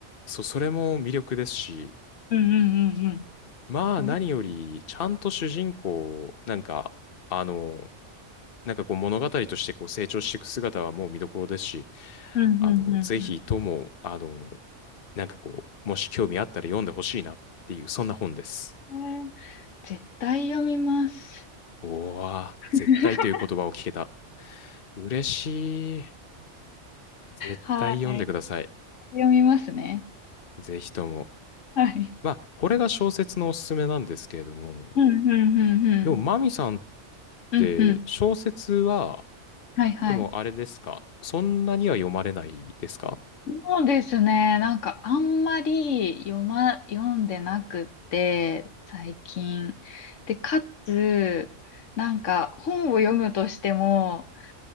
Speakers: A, on the left; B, on the left.
A: う、そ、それも魅力ですし、
B: うんうんうんうん。
A: まあ何より、
B: おな
A: ちゃんと主人公、なんか、あの、なんかこう物語としてこう成長していく姿はもう見どころですし、
B: うんうんう
A: あの、ぜひとも、あの、なんかこう、もし興味あったら読んでほしいなっていう、そんな本です。
B: んうん。へえ絶対読みます。
A: おー、
B: <laughs>
A: 絶対という言葉を聞けた。嬉しい。絶対読んでください。
B: はい。読みますね。
A: ぜひとも。
B: はい。
A: まあ、これが小説のおすすめなんですけれども。
B: うんうんうんうん。
A: でも、マミさんっ
B: うんうん。
A: て小説は、
B: はいはい。
A: でもあれですかそんなには読まれないですか
B: そうですね。なんかあんまり読ま、読んでなくって、最近。で、かつ、なんか本を読むとしても、